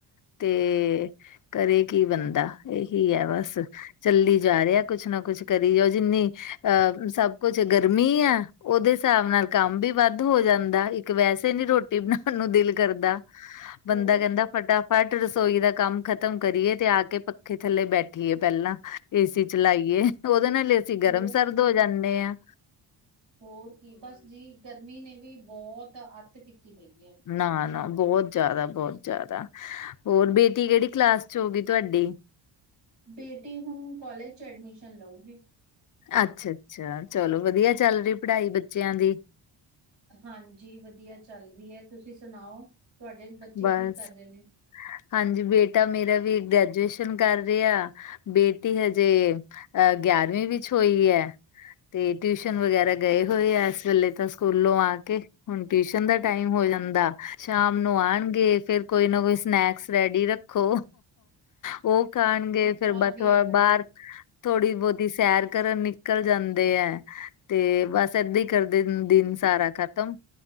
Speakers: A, on the left; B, on the right.
A: ਤੇ ਕਰੇ ਕੀ ਬੰਦਾ। ਏਹੀ ਹੈ ਬਾੱਸ। ਚੱਲੀ ਜਾ ਰੇਆ ਕੁੱਛ ਨਾ ਕੁੱਛ ਕਰੀ ਓ ਜਿੰਨੀ ਅ ਸਬ ਕੁੱਛ ਗਰਮੀ ਐ। ਓਦੇ ਹਿਸਾਬ ਨਾਲ ਕਾੰਮ ਵੀ ਵਾੱਦ ਹੋ ਜਾਂਦਾ, ਇੱਕ ਵੈਸੇ ਨੀ ਰੋਟੀ ਬਨਾਨ ਨੂੰ ਦਿਲ ਕਰਦਾ। ਬੰਦਾ
B: ਹੋਰ
A: ਕੈਂਦਾ
B: ਕੀ
A: ਫਟਾਫਟ ਰਸੋਈ ਦਾ ਕਾੰਮ ਖ਼ਤਮ ਕਰੀਏ ਤੇ ਆ ਕੇ ਪੱਕ ਖੇ ਥੱਲੇ ਬੈਠੀਏ ਪ੍ਹੈਲਾਂ ਏਸੀ ਚਲਾਈਏ, ਓਦੇ ਨਾਲ ਏ ਅਸੀ ਗਰਮ
B: ਹੋਰ
A: ਸਰਦ ਹੋ ਜਾਂਨੇ ਆਂ।
B: ਹੋਰ ਕੀ ਬੱਸ ਜੀ, ਗਰਮੀ ਨੇ ਵੀ ਬੋਤ ਆੱਤ ਕੀਤੀ ਪਈ ਐ।
A: ਨਾ-ਨਾ ਬੋਤ ਜਾਦਾ, ਬੋਤ ਜਾਦਾ। ਹੋਰ ਬੇਟੀ ਕੈੜੀ ਕਲਾਸ ਚ ਹੋਗੀ ਤੂਆਡੀ?
B: ਬੇਟੀ ਹੁਨ ਕੋਲਜ ਚ ਐਡਮਿਸ਼ਨ ਲਊਗੀ।
A: ਅੱਛਾ-ਅੱਛਾ, ਚਲੋ ਵਦੀਆ ਚੱਲ ਰੀ ਪਢਾਈ ਬੱਚੇਆਂ ਦੀ?
B: ਹਾਂਜੀ, ਵਦੀਆ ਚਾੱਲ ਰੀ ਐ, ਤੂਸੀ ਸੁਣਾਓ, ਤੂਆਡੇ ਬੱਚੇ
A: ਬਸ
B: ਕੀ ਕਾਰ ਰੇ ਨੇ?
A: ਹਾਂਜੀ, ਬੇਟਾ ਮੇਰਾ ਵੀ ਗ੍ਰੈਜੂਏਸ਼ਨ ਕਾਰ ਰੇਆ ਬੇਟੀ ਹਜੇ ਅ ਗੇਆਰਵੀਂ ਵਿੱਚ ਹੋਈ ਐ ਤੇ ਟਿਊਸ਼ਨ ਵਗੈਰਾ ਗਏ ਹੋਏ ਐ, ਏਸ ਵੇਲੇ ਤਾਂ ਸੂਕੂਲੋਂ ਆ ਕੇ। ਹੁਨ ਟਿਊਸ਼ਨ ਦਾ ਟਾਈਮ ਹੋ ਜਾਂਦਾ, ਸ਼ਾਮ ਨੂੰ ਆਨਗੇ, ਫੇਰ ਕੋਈ ਨਾ ਕੋਈ ਸਨੈਕਸ ਰੈਡੀ ਰੱਖੋ, ਓ ਖਾਨਗੇ ਫੇਰ
B: ਆਹ
A: ਬਥ
B: ਵੀ
A: ਓ
B: ਹੈਗਾ
A: ਬਾਰ
B: ਜੀ
A: ਥੋੜੀ-ਬੋਤੀ ਸੈਰ ਕਰਨ ਨਿਕਲ ਜਾਂਦੇ ਐ, ਤੇ ਬੱਸ ਏਦਾਂ ਈ ਕਰਦੇ ਦਿਨ ਸਾਰਾ ਖਤਮ,